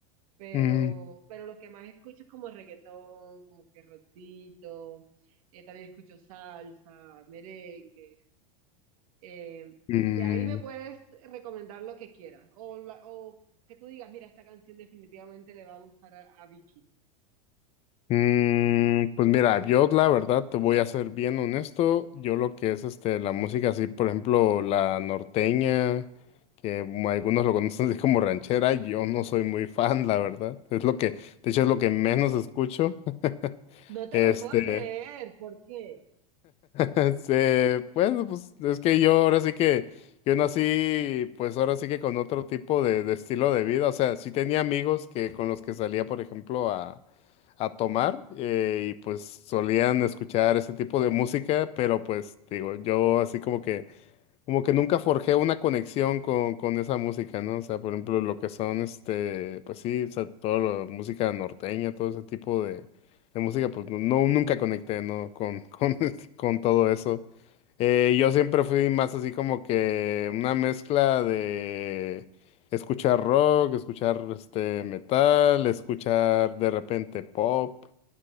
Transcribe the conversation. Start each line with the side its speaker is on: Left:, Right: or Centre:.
Right: pero,
Left: Mm,
Right: pero lo que más escucho es como reggaetón, como que rockcito, eh, también escucho salsa, merengue. Eh,
Left: mm,
Right: de ahí me puedes recomendar lo que quieras o, la- o que tú digas, mira, esta canción definitivamente le va a gustar a, a Vicky.
Left: Mm, pues mira, yo la verdad te voy a ser bien honesto. Yo lo que es este la música así, por ejemplo, la norteña, que mu- algunos lo conocen así como ranchera, yo no soy muy fan, la verdad. Es lo que, de hecho, es lo que menos escucho. <laughs>
Right: No te
Left: Este,
Right: lo puedo creer, ¿por qué?
Left: este, <laughs> bueno, pues es que yo ahora sí que, yo nací, pues ahora sí que con otro tipo de, de estilo de vida, o sea, sí tenía amigos que con los que salía, por ejemplo, a, a tomar eh, y pues solían escuchar ese tipo de música, pero pues digo, yo así como que como que nunca forjé una conexión con, con esa música, ¿no? O sea, por ejemplo, lo que son, este, pues sí, o sea, toda la música norteña, todo ese tipo de, de música, pues no, no- nunca conecté, ¿no? Con, con, <laughs> con todo eso. Eh, yo siempre fui más así como que una mezcla de escuchar rock, escuchar, este, metal, escuchar de repente pop,